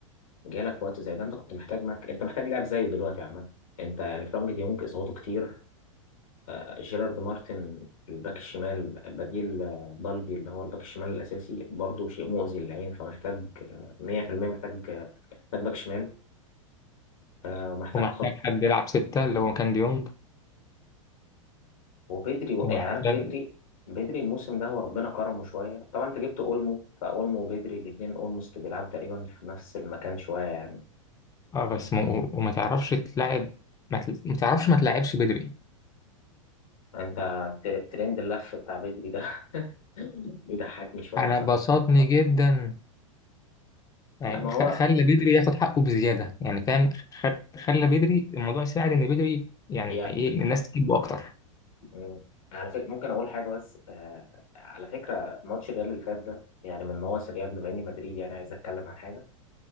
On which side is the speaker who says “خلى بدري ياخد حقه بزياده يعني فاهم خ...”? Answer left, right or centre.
Left